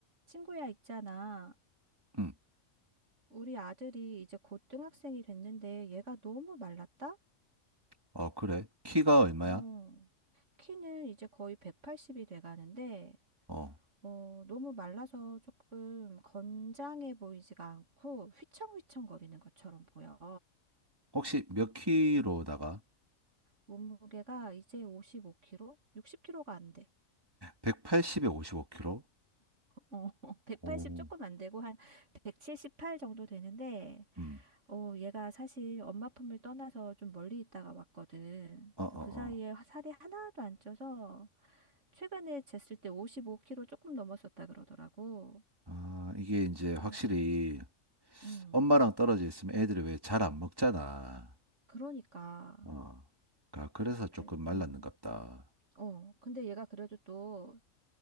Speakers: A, on the right; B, on the right.
A: 친구야, 있잖아.
B: 응.
A: 우리 아들이 이제 고등학생이 됐는데 얘가 너무 말랐다?
B: 어, 그래. 키가 얼마야?
A: 어. 키는 이제 거의 180이 돼가는데,
B: 어.
A: 어, 너무 말라서 조금 건장해 보이지가 않고 휘청휘청거리는 것처럼 보여.
B: 혹시 몇 키로다가?
A: 몸무게가 이제 55kg? 60kg가 안 돼.
B: 180에 55키로?
A: 어, <laughs> 180
B: 오,
A: 조금 안 되고 한 178 정도 되는데,
B: 음.
A: 어, 얘가 사실 엄마 품을 떠나서 좀 멀리 있다가 왔거든.
B: 어, 어,
A: 저그 사이에
B: 어.
A: 화- 살이 하나도 안 쪄서 최근에 쟀을 때 55kg 조금 넘었었다 그러더라고.
B: 아, 이게 이제 확실히
A: 어, 음,
B: 엄마랑 떨어져 있으면 애들이 왜 잘 안 먹잖아.
A: 그러니까.
B: 어. 그러니까 그래서 조금
A: 그래,
B: 말랐는갑다.
A: 음. 어, 근데 얘가 그래도 또